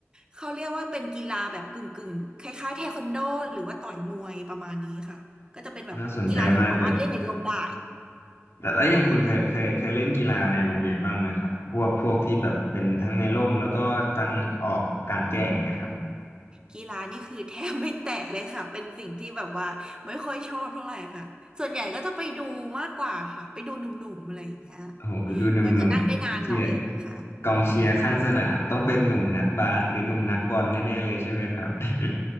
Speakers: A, on the right; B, on the left.
A: เขาเรียกว่าเป็นกีฬาแบบกึ่งกึ่งคล้ายๆเทควันโดหรือว่าต่อยมวยประมาณนี้ค่ะก็จะเป็นแบบกีฬาที่สามารถเล่นในร่มได้
B: น่าสนใจมากเลยแต่แล้วอย่างคุณเคยเคยเคยเล่นกีฬาในโรงเรียนบ้างไหมครับพวกพวกที่แบบเป็นทั้งในร่มแล้วก็ทั้งออกกลางแจ้งเนี่ยครับ
A: อืมกีฬานี่คือแทบไม่แตะเลยค่ะเป็นสิ่งที่แบบว่าไม่ค่อยชอบเท่าไหร่ค่ะส่วนใหญ่ก็จะไปดูมากกว่าค่ะไปดูหนุ่มๆอะไรอย่างเงี้ย
B: โอ้โหไปดูหนุ่มๆที่
A: ก็จะนั่งได้นานหน่อยค่ะ
B: กองเชียร์ข้างสนามต้องเป็นหนุ่มนักบาสหรือหนุ่มนักบอลแน่ๆเลยใช่ไหมครับ <laughs>